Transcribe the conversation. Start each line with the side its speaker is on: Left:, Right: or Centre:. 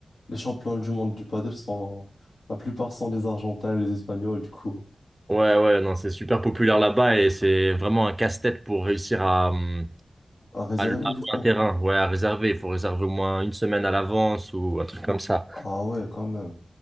Left: les champions du monde du paddle sont, la plupart sont des Argentins, les Espagnols, du coup,
Right: ouais, ouais, non, c'est super populaire là-bas et c'est vraiment un casse-tête pour réussir à, hum,
Left: à réserver,
Right: à, à louer
Left: du coup.
Right: un terrain, ouais, à réserver. Il faut réserver au moins une semaine à l'avance ou un truc comme ça.
Left: Ah ouais, quand même.